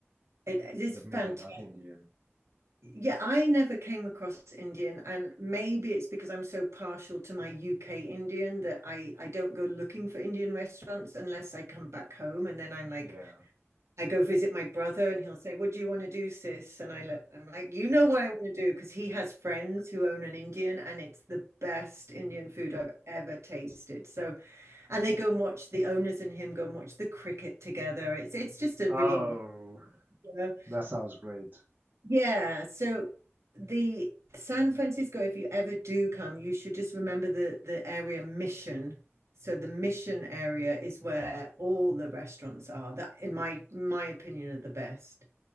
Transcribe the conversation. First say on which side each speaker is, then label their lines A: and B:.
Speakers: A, on the right; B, on the right.
A: It, it is
B: but
A: fantastic.
B: maybe not Indian.
A: Yeah, I never came across Indian, and maybe it's because I'm so partial to my UK Indian that I I don't go looking for Indian restaurants unless I come back home, and then I'm like,
B: Yeah.
A: I go visit my brother and he'll say, What do you want to do, sis? And I look, I'm like, You know what I want to do? Because he has friends who own an Indian and it's the best Indian food I've ever tasted. So, and they go and watch the owners and him go and watch the cricket together. It's, it's just a
B: Oh.
A: really, you know,
B: That sounds great.
A: yeah. So the San Francisco, if you ever do come, you should just remember the, the area Mission. So the Mission area is where all the restaurants are that, in my, my opinion, are the best.